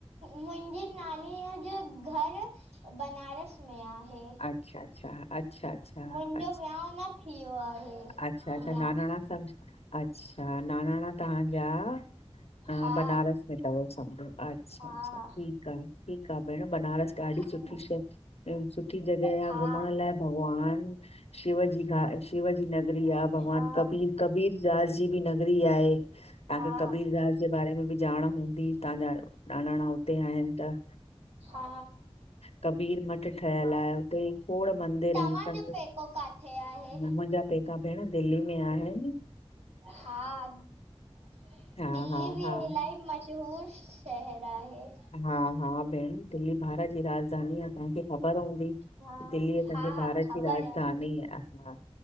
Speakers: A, on the right; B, on the left.
A: मुंहिंजी नानीअ जो घर बना बनारस में आहे
B: अच्छा अच्छा अच्छा अच्छा
A: मुंहिंजो
B: अच्छा
A: विहाउ न थियो आहे
B: अच्छा अच्छा
A: अञा
B: नानाणा सम अच्छा नानाणा तहांजा ह
A: हा
B: बनारस में समो अच्छा
A: हा
B: अच्छा ठीक आ, ठीक आ भेण बनारस ॾाढी
A: हम्म
B: सुठी शइ सुठी जॻह
A: हा
B: आ घुमण लाइक भॻवान शिव जी आ शिव नगरी आए, भॻवान
A: हा
B: कबीर कबीरदास जी बि नगरी आए। तां
A: हा
B: खे कबीरदास जे बारे में बि ॼाण हूंदी तां जा नानाणा हुते आहिन त
A: हा
B: कबीर मठ ठहियल आहे हुते, खोड़ मंदर
A: तव्हांजो
B: आहिन सब
A: पेको काथे आहे?
B: मुंहिंजा ठीक आ भेण दिल्लीअ में आहिन
A: हा दिल्ली
B: हा हा
A: भी
B: हा
A: इलाही मशहूर शहर आहे
B: हा हा भेण दिल्ली भारत जी राजधानी आ तांखे ख़बर हूंदी
A: हा,
B: दिल्ली पंहिंजे
A: हा,
B: भारत
A: हा ख़बर
B: जी राजधानी
A: आहे,
B: आ हा